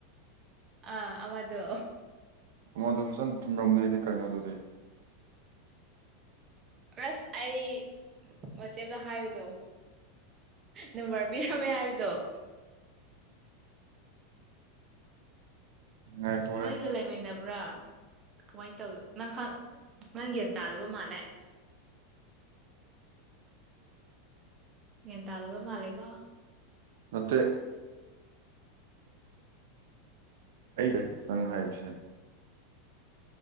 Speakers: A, on the right (about 20°); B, on the right (about 65°).
A: ꯑꯥ ꯑꯃꯗꯣ
B: ꯑꯃꯗꯣ ꯐꯖꯅ ꯇꯨꯝꯔꯝꯅꯤ ꯍꯥꯢꯗꯤ ꯀꯩꯅꯣ ꯑꯗꯨꯗꯤ
A: ꯑꯁ ꯑꯩ ꯋꯥꯆꯦꯞꯇ ꯍꯥꯏꯕꯗꯣ ꯅꯝꯕꯔ ꯄꯤꯔꯝ ꯃꯦ ꯍꯥꯢꯕꯗꯣ
B: <inaudible> ꯉꯥꯏꯈꯣꯍꯦ
A: ꯅꯣꯏꯒ ꯂꯩꯃꯤꯟꯅꯕ꯭ꯔꯥ ꯀꯃꯥꯏꯅ ꯇꯧꯋ ꯅꯪ ꯈꯪ ꯅꯪ ꯒ꯭ꯌꯥꯟ ꯇꯥꯗꯕ ꯃꯥꯜꯂꯦ ꯒ꯭ꯌꯥꯟ ꯇꯥꯗꯕ ꯃꯥꯂꯦꯀꯣ
B: ꯅꯠꯇꯦ ꯑꯩ ꯅꯪ ꯍꯥꯢꯕꯁꯦ